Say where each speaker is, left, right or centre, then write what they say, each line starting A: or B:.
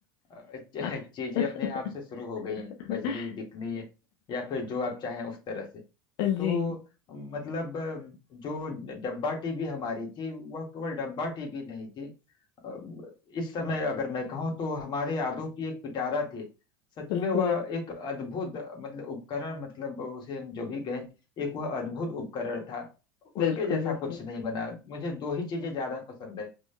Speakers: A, on the left; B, on the left.
A: अ, च-
B: <laughs>
A: चीजें अपने आप से शुरू हो गई बजनी
B: <laughs>
A: दिखनी या फिर जो आप चाहें उस तरह से तो
B: जी
A: मतलब जो डब्बा टीवी हमारी थी वह केवल डब्बा टीवी नहीं थी अ, इस समय अगर मैं कहूँ तो हमारे यादों की एक पिटारा थी सच
B: बिल्कुल
A: में वह एक अद्भुत मतलब उपकरण मतलब उसे हम जो भी कहें एक वह अद्भुत उपकरण था
B: बिल्कुल
A: उसके जैसा
B: बिल्कुल
A: कुछ नहीं बना मुझे दो ही चीजें ज्यादा पसंद है